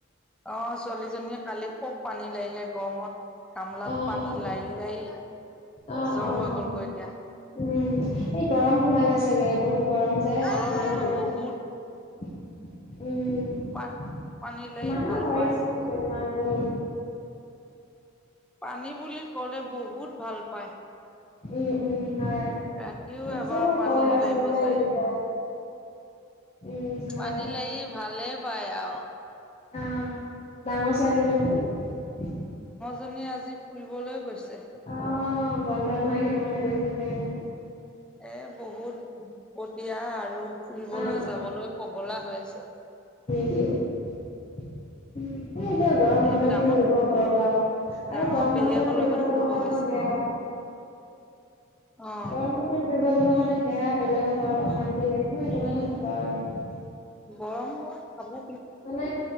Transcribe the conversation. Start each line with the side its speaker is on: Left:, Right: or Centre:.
Centre: অ ছোৱালীজনীয়ে কালি খুব পানী লাগিলে গৰমত কমলাত
Left: অ',
Centre: পানী লাৰি লাৰি
Left: অ',
Centre: জ্বৰ
Left: অ',
Centre: হৈ
Left: অ'।
Centre: গলগৈ এতিয়া
Left: উম
Centre: <unintelligible>
Left: এই গৰম সোমালে চাগে বহুত গৰম যায়
Centre: গৰমটো
Left: আকৌ পানী থাকিল
Centre: বহুত
Left: উম
Centre: পা পানী লাৰি
Left: মানুহ
Centre: ভাল
Left: হৈ
Centre: পায়
Left: হৈছে
Centre: বহুত
Left: বেমাৰ বহুত
Centre: পানী বুলি ক'লে বহুত ভাল পায়।
Left: উম, উম হয়
Centre: ৰাতিও
Left: আছে
Centre: এবাৰ পানী
Left: সৰু ল'ৰা
Centre: ও
Left: ছোৱালী
Centre: লাৰিব
Left: বিলাক
Centre: যায়।
Left: এনেকুৱাই। উম হয়
Centre: পানী লাগি ভালে পায় আ
Left: অ ডাঙৰ ছোৱালী জনি
Centre: জনি আজি ফুৰিবলৈ গৈছে।
Left: অ বন্ধ নহয় সেইটো কাৰণে গৈছে চাগে ন।
Centre: এ বহুত উৎপটীয়া আৰু ফুৰিবলৈ
Left: অ',
Centre: যাবলৈ পগলা হৈ আছে।
Left: উ উম এতিয়া গৰম
Centre: আজি
Left: বন্ধ
Centre: ডাঙৰ
Left: কি কৰিব ঘৰত আৰু
Centre: ডাঙৰ
Left: আৰু গৰম
Centre: পেহীয়েকৰ
Left: বন্ধত ফুৰিব
Centre: লগত
Left: যাব কাৰণেও
Centre: গৈছে
Left: বেয়া
Centre: <inaudible> অ
Left: গৰম বন্ধত ফুৰিব যাব কাৰণে বেয়া বেলেগৰ ঘৰত অশান্তি লাগে। মই এটোক কথা নাযাওঁ আৰু
Centre: গৰমত খাব।
Left: মানে